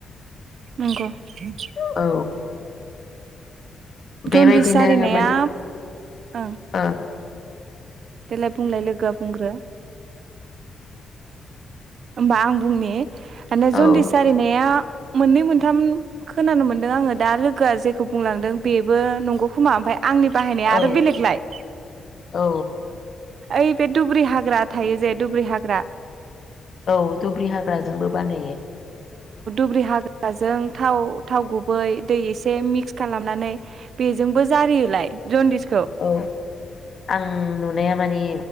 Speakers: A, on the right; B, on the left.
A: नोंग'
B: औ बेबायदिनो
A: जनदिस जारिनाया
B: माने
A: ओं
B: औ
A: देलाय बुंलाय लोगोआ बुंग्रो होमबा आं बुंनि आने जन्दिस
B: ओ औ
A: जारिनाया मोननै मोनथाम खोनानो मोनदों आङो दा लोगोआ जेखौ बुंलांदों बेबो नंगौ खोमा ओमफाय आंनि बाहायनाया
B: औ
A: आरो बेलेगलाय।
B: औ
A: ओइ बे दुब्रि हाग्रा थायो जे दुब्रि हाग्रा
B: औ दुब्रि हा ग्राजोंबो बानायो।
A: ब्रि हाग्राजों थाव थाव गुबै दै इसे मिक्स खालामनानै बेजोंबो जारियोलाय जन्दिस
B: औ आं नुनाया माने